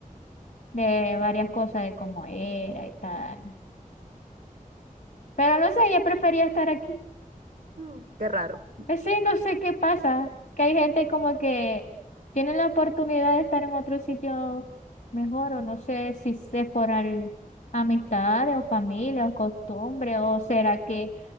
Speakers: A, on the left; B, on the right.
A: de varias cosas de cómo era y tal. Pero no sé, ella prefería estar aquí.
B: Ujú. Mm, qué raro.
A: Eh, Sí, no sé qué pasa, que hay gente como que tiene la oportunidad de estar en otro sitio mejor, o no sé si es por al- amistades o familia o costumbre, o será que